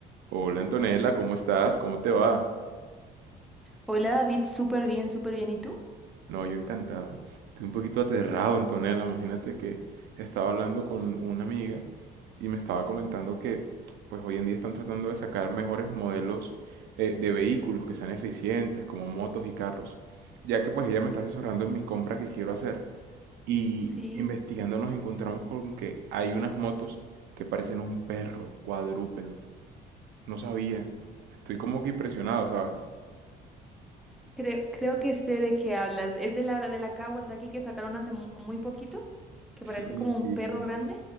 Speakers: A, on the right (about 80°); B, in the centre.
A: Hola Antonella, ¿cómo estás? ¿Cómo te va?
B: Hola David, súper bien, súper bien. ¿Y tú?
A: No, yo encantado. Estoy un poquito aterrado, Antonella. Imagínate que estaba hablando con una amiga y me estaba comentando que pues hoy en día están tratando de sacar mejores modelos eh, de vehículos que sean eficientes, como motos y carros, ya que pues ella me está asesorando en mi compra que quiero hacer y
B: Sí,
A: investigando nos encontramos con que hay unas motos que parecen un perro cuadrúpedo. No sabía. Estoy como que impresionado, ¿sabes?
B: creo, creo que sé de qué hablas. ¿Es de la de la Kawasaki que sacaron hace mu- muy poquito? Que
A: Sí,
B: parece como
A: sí,
B: un perro
A: sí.
B: grande.